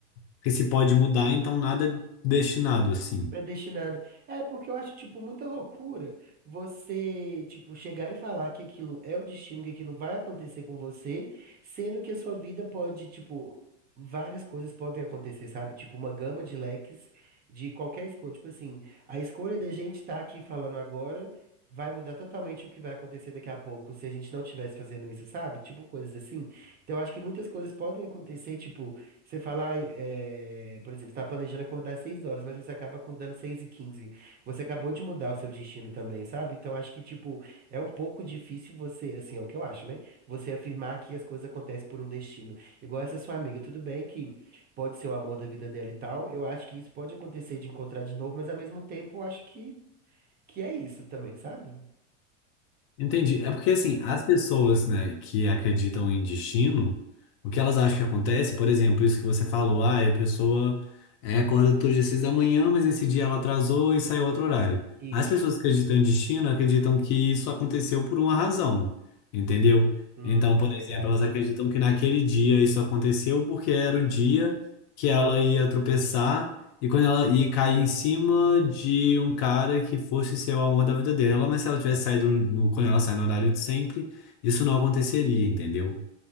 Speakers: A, on the left; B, on the right.
A: porque se pode mudar, então nada é destinado assim.
B: Predestinado. É, porque eu acho, tipo, muita loucura você, tipo, chegar e falar que aquilo é o destino, que aquilo vai acontecer com você, sendo que a sua vida pode, tipo, várias coisas podem acontecer, sabe? Tipo, uma gama de leques de qualquer escolha. Tipo assim, a escolha da gente tá aqui falando agora vai mudar totalmente o que vai acontecer daqui a pouco, se a gente não estivesse fazendo isso, sabe? Tipo, coisas assim. Então, eu acho que muitas coisas podem acontecer, tipo. Você fala, ai, é, por exemplo, você está planejando acordar às 6 horas, mas você acaba acordando às 6 e quinze. Você acabou de mudar o seu destino também, sabe? Então acho que, tipo, é um pouco difícil você, assim, é o que eu acho, né? Você afirmar que as coisas acontecem por um destino. Igual essa sua amiga, tudo bem que pode ser o amor da vida dela e tal. Eu acho que isso pode acontecer de encontrar de novo, mas ao mesmo tempo eu acho que, que é isso também, sabe?
A: Entendi. É porque, assim, as pessoas, né, que acreditam em destino, o que elas acham que acontece, por exemplo, isso que você falou, ah, a pessoa é, acorda todo dia às seis da manhã, mas esse dia ela atrasou e saiu outro horário.
B: Isso.
A: As pessoas que acreditam em destino acreditam que isso aconteceu por uma razão, entendeu?
B: Hum,
A: Então, por
B: verdade.
A: exemplo, elas acreditam que naquele dia isso aconteceu porque era o dia que ela ia tropeçar e quando ela e cair em cima de um cara que fosse ser o amor da vida dela, mas se ela tivesse saído no, quando ela sai no horário de sempre, isso não aconteceria, entendeu?